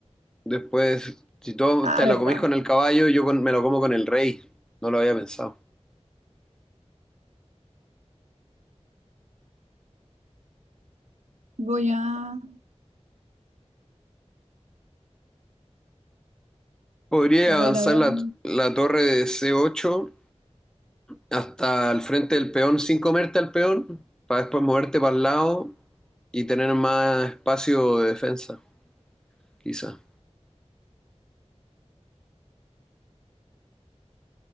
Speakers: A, in the centre; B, on the right.
A: después, si tú
B: Ah,
A: te
B: verdad.
A: la comís con el caballo, yo con- me lo como con el rey. No lo había pensado.
B: Voy a...
A: Podría
B: A
A: avanzar
B: ver, a ver.
A: la, la torre de C8 hasta el frente del peón sin comerte al peón, para después moverte para el lado y tener más espacio de defensa, quizá.